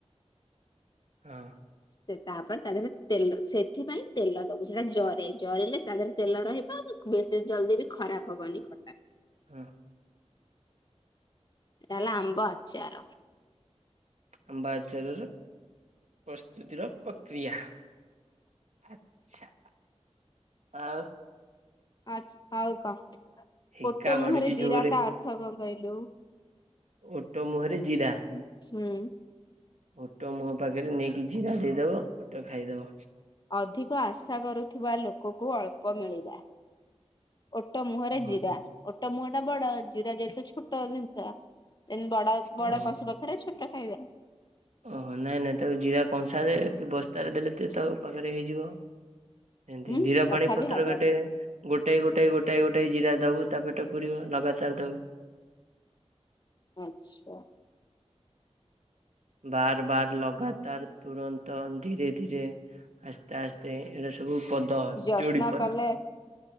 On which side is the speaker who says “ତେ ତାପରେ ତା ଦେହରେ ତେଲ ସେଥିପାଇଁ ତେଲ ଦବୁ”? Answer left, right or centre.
Left